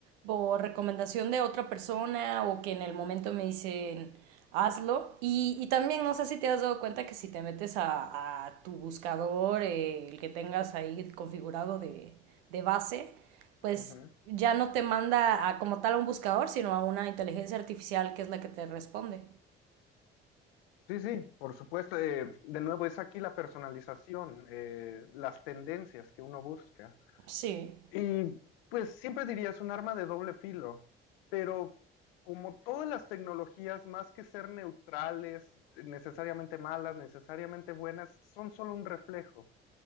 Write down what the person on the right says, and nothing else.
por recomendación de otra persona o que en el momento me dicen hazlo. Y, y también no sé si te has dado cuenta que si te metes a, a tu buscador, eh, el que tengas ahí configurado de, de base, pues
ya no te manda a, como tal a un buscador, sino a una inteligencia artificial que es la que te responde.
Sí,